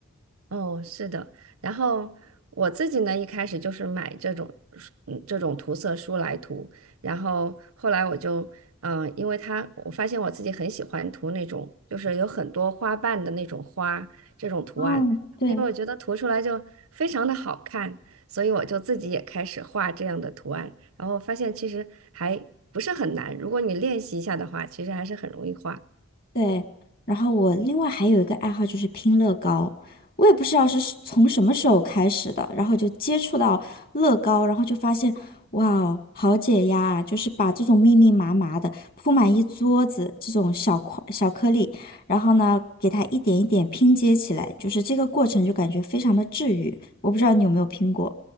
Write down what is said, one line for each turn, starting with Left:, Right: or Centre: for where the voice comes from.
Right: 哦，是的。然后我自己呢，一开始就是买这种书嗯这种涂色书来涂，然后后来我就嗯、呃因为它我发现我自己很喜欢涂那种就是有很多花瓣的那种花这种图案，
Left: 哦，对，
Right: 因为我觉得涂出来就非常的好看，所以我就自己也开始画这样的图案，然后发现其实还不是很难，如果你练习一下的话，其实还是很容易画。
Left: 对，然后我另外还有一个爱好就是拼乐高，我也不知道是是从什么时候开始的，然后就接触到乐高，然后就发现，哇哦，好解压啊！就是把这种密密麻麻的铺满一桌子这种小块小颗粒，然后呢，给它一点一点拼接起来，就是这个过程就感觉非常的治愈。我不知道你有没有拼过